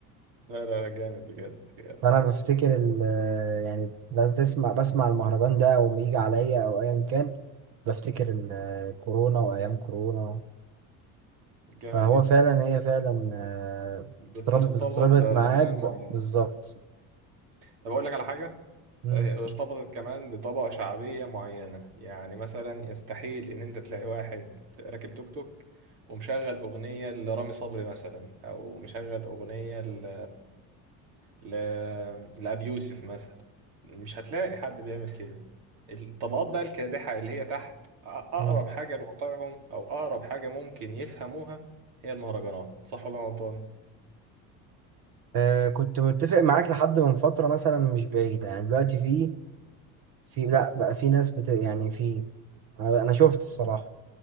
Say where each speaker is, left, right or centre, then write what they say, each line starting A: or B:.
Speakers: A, on the right; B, on the right.
A: لا لا جامد بجد جامد
B: فانا بفتكر ال يعني بتسمع بسمع المهرجان ده او يجي عليا او ايا كان بفتكر ال- كورونا وايام كورونا
A: جامد
B: فهو
A: جدا
B: فعلا هي فعلا آه،
A: بترتبط
B: بتتربط بتتربط
A: بأزمان
B: معاك ب-
A: معينة
B: بالظبط
A: طب أقول لك على حاجة
B: مم.
A: آه، ارتبطت كمان بطبقة شعبية معينة يعني مثلا يستحيل إن أنت تلاقي واحد راكب توك توك ومشغل أغنية لرامي صبري مثلا أو مشغل أغنية ل... ل... لأبي يوسف مثلا مش هتلاقي حد بيعمل كده الطبقات بقى الكادحة اللي هي تحت أ- أقرب
B: مم.
A: حاجة لواقعهم أو أقرب حاجة ممكن يفهموها هي المهرجانات صح ولا أنا غلطان؟
B: آه، كنت متفق معاك لحد من فترة مثلا مش بعيدة يعني دلوقتي في في لا بقى في ناس بت يعني في انا أنا شفت الصراحة